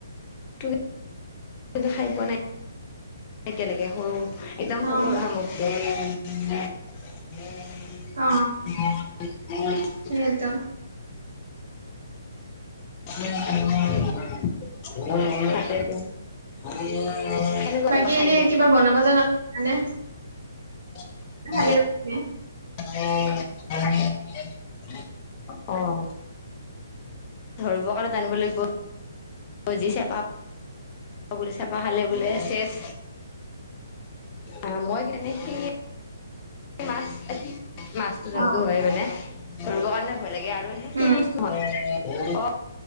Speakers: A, on the left; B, on the right.
A: কিন্তু খাই পোৱা নাই। এতিয়ালৈকে সৰু একদম সৰু
B: অ
A: সুৰা সামগ্ৰী।
B: অ সেইয়েতো
A: <unintelligible> <unintelligible> কেনেকুৱা
B: বাকী
A: লাগিব খাই
B: এনে
A: কিনে?
B: কিবা বনাব জানা নে
A: <unintelligible>
B: খালি
A: অ ধৰিব ক'ত আনিব লাগিব বজি চপা বো চপা খালে বোলে চেচ অ মই কেনেকি মাছ মাছতো যোনটো
B: অ
A: হয় মানে ধৰিব কাৰণে ভয়। লাগে আৰু
B: উম
A: সেই অ